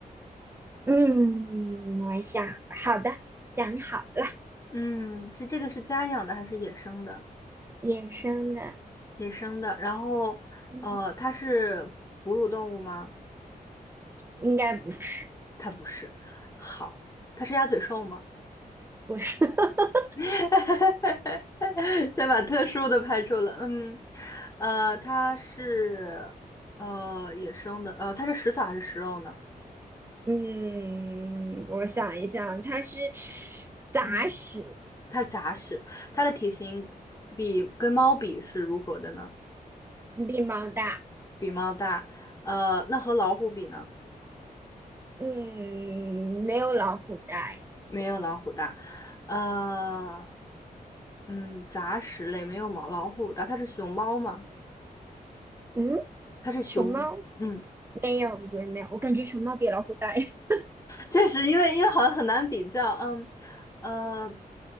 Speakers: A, on the right; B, on the left.
A: 嗯，我想，好的，想好了，
B: 嗯，是这个是家养的还是野生的？
A: 野生的，
B: 野生的，然后呃，
A: 嗯，
B: 它是哺乳动物吗？
A: 应该不是，
B: 它不是。好，它是鸭嘴兽吗？
A: 不是。<laughs>
B: <laughs> 先把特殊的排除了。嗯，呃，它是呃野生的，呃，它是食草还是食肉呢？
A: 嗯，我想一想，它是杂食，
B: 嗯，它是杂食，它的体型比跟猫比是如何的呢？
A: 比猫大。
B: 比猫大，呃，那和老虎比呢？
A: 嗯，没有老虎大
B: 没有老虎大，呃，嗯，杂食类没有毛老虎大，它是熊猫吗？
A: 嗯，
B: 它是熊，
A: 熊猫
B: 嗯。
A: 没有，不是没有，我感觉熊猫比老虎大，<laughs>
B: 确实，因为因为好像很难比较，嗯，呃，